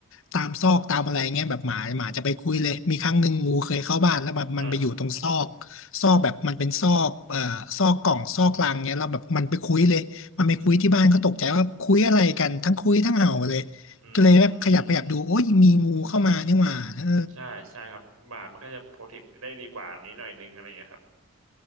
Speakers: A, on the left (about 60°); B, on the right (about 75°).
A: ตามซอกตามอะไรเงี้ยแบบหมาหมาจะไปคุยเลยมีครั้งหนึ่งงูเคยเข้าบ้านแล้วแบบมันไปอยู่ตรงซอก
B: เออครับ
A: ซอกแบบมันเป็นซอกเอ่อซอกกล่องซอกลังเงี้ยแล้วแบบมันไปคุยเลยมันไปคุยที่บ้านก็ตกใจว่าคุยอะไรกันทั้งคุยทั้งเห่าเลย
B: อืมอื
A: ก็เลยแบบขยับขยับดูโอ้ยมีงูเข้ามานี่หว่าเออ
B: ม ใช่ใช่ครับหมามันก็จะโปรเทคได้ดีกว่านี้หน่อยนึงอะไรอย่างเงี้ยครับ